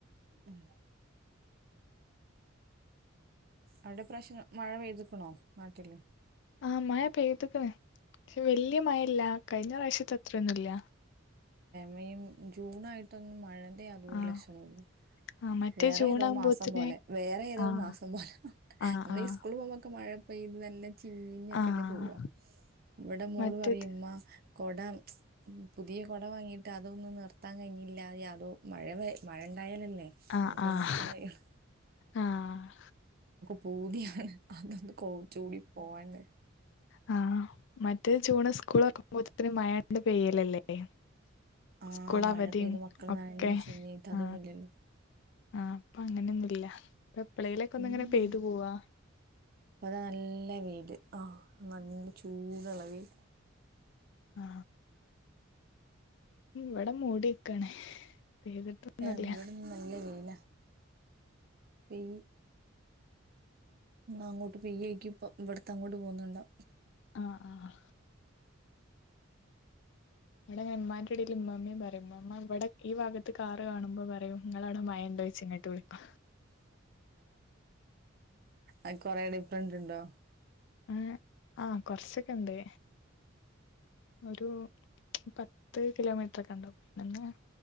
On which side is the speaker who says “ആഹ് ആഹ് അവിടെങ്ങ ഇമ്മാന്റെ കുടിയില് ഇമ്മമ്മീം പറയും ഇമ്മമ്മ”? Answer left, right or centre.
Left